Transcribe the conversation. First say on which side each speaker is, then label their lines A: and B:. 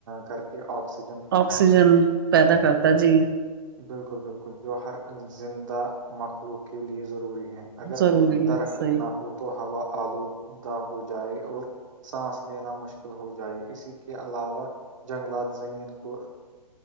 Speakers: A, on the right; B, on the right.
A: کر کے آکسی
B: آکسیجن پیدا کرتا جی
A: بالکل بالکل جو ہر زندہ مخلوق کے لئے ضروری ہے اگر
B: ضروری
A: درخت
B: ہے صحیح
A: نہ ہو تو ہوا آلودہ ہو جائے اور سانس لینا مشکل ہو جائے اسی کے علاوہ جنگلات زمین کو کو